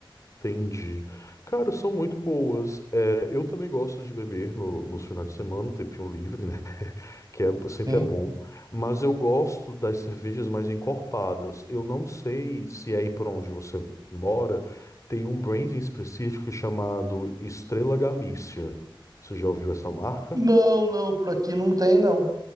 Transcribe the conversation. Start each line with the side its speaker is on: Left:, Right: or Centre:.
Left: Entendi. Cara, são muito boas. É, eu também gosto de beber no, nos finais de semana, no tempinho livre, né? <laughs> Que é, sempre
Right: Sim.
Left: é bom. Mas eu gosto das cervejas mais encorpadas. Eu não sei se é aí por onde você mora tem um branding específico chamado Estrela Galícia. Você já ouviu essa marca?
Right: Não, não, por aqui não tem, não.